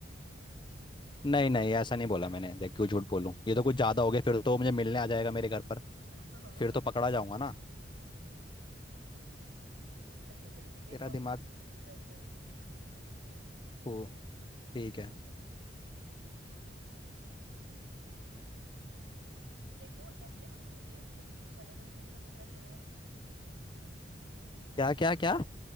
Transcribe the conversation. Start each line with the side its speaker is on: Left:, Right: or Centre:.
Left: नहीं नहीं ऐसा नहीं बोला मैंने देख क्यों झूठ बोलूं ये तो कुछ ज्यादा हो गया फिर तो मुझे मिलने आ जाएगा मेरे घर पर
Right: <laughs> हाँ
Left: फिर तो पकड़ा जाऊंगा ना
Right: अच्छा चल ठीक है
Left: तेरा
Right: एक और
Left: दिमाग
Right: क्वेश्चन पूछते तेरे से फिर तू पूछियो
Left: को ठीक है
Right: देखो ऐसे अपनी एज से किसी बड़े बंदे पे कभी क्रश आया है
Left: क्या क्या क्या